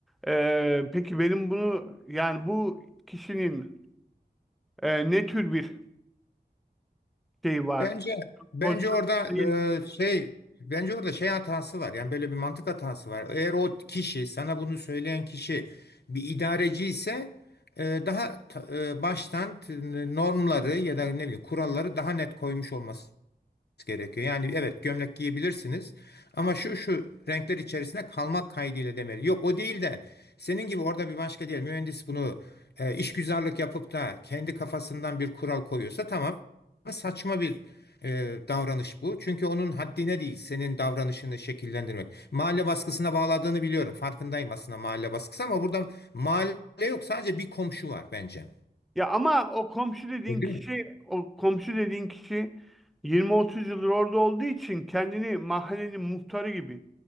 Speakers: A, in the centre; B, on the left.
A: E, peki benim bunu yani bu kişinin e, ne tür bir şey var?
B: Bence bence
A: Pozisyon
B: orada
A: değil.
B: e, şey bence orada şey hatası var. Yani böyle bir mantık hatası var. Eğer o kişi sana bunu söyleyen kişi bir idareci ise e, daha ta- e, baştan t- normları ya da ne bileyim kuralları daha net koymuş olması gerekiyor. Yani evet gömlek giyebilirsiniz ama şu şu renkler içerisinde kalmak kaydıyla demeli. Yok o değil de senin gibi orada bir başka diyelim mühendis bunu e, işgüzarlık yapıp da kendi kafasından bir kural koyuyorsa tamam saçma bir e, davranış bu. Çünkü onun haddine değil senin davranışını şekillendirmek. Mahalle baskısına bağladığını biliyorum. Farkındayım aslında mahalle baskısı ama burada mahalle yok sadece bir komşu var bence.
A: ya ama o komşu dediğin
B: Öyle
A: kişi
B: mi?
A: o komşu dediğin kişi 20-30 yıldır orada olduğu için kendini mahallenin muhtarı gibi